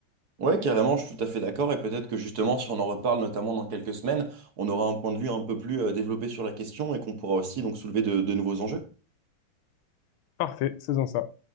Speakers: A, on the right (about 55°); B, on the left (about 80°).
A: Oui, carrément, je suis tout à fait d'accord. Et peut-être que justement, si on en reparle, notamment dans quelques semaines, on aura un point de vue un peu plus euh, développé sur la question et qu'on pourra aussi donc soulever de de nouveaux enjeux.
B: Parfait, faisons ça.